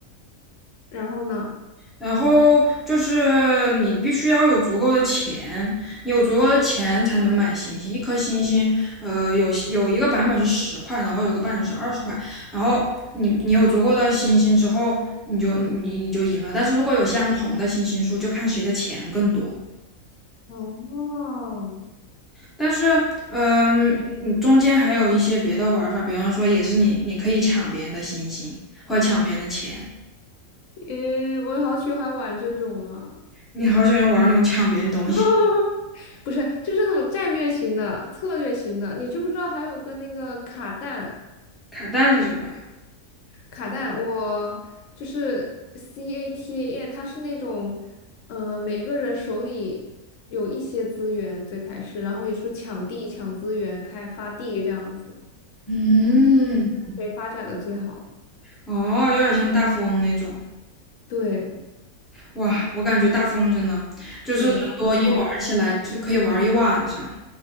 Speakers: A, on the left; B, in the centre.
A: 然后呢？
B: 然后就是你必须要有足够的钱，你有足够的钱才能买星星。一颗星星，呃，有有一个版本是十块，然后有一个版本是二十块。然后你你有足够的星星之后，你就你你就赢了。但是如果有相同的星星数，就看谁的钱更多。
A: 哦，
B: 但是，嗯，你中间还有一些别的玩法，比方说也是你你可以抢别人的星星或者抢别人的钱。
A: 诶，我好喜欢玩这种啊！
B: 你好喜欢玩那种抢别人东西。
A: <laughs> 不是，就是那种战略型的、策略型的。你知不知道还有个那个卡弹？
B: 卡带是什么呀？
A: 卡弹，我就是 CATAN，它是那种，呃，每个人手里有一些资源，最开始，然后也是抢地、抢资源、开发地这样子，
B: 嗯，
A: 谁发展的最好？
B: 哦，有点像大富翁那种。
A: 对
B: 哇，我感觉大富翁真的就是人多一玩儿起来就可以玩儿一晚上，
A: 对，真的很好玩，